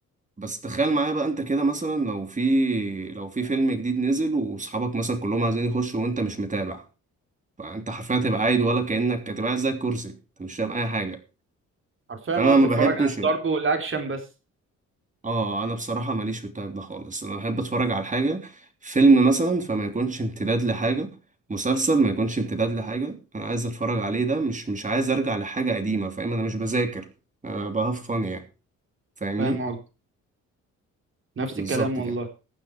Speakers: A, on the right (about 25°); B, on the right (about 40°).
A: بس تخيل معايا بقى انت كده مثلا لو في لو في فيلم جديد نزل واصحابك مثلا كلهم عايزين يخشوا وانت مش متابع فانت حرفيا هتبقى قاعد ولا كأنك هتبقى قاعد زي الكرسي انت مش فاهم اي حاجة
B: حرفيا
A: فانا
B: اه بتتفرج
A: ما بحبش
B: على الضرب والاكشن بس
A: اه انا بصراحه ماليش في التايب ده خالص انا بحب اتفرج على حاجه فيلم مثلا فما يكونش امتداد لحاجه مسلسل ما يكونش امتداد لحاجه انا عايز اتفرج عليه ده مش مش عايز ارجع لحاجه قديمه فاهم انا مش بذاكر انا بهفن يعني فاهمني
B: فاهم قصدي نفس
A: بالظبط
B: الكلام والله
A: كده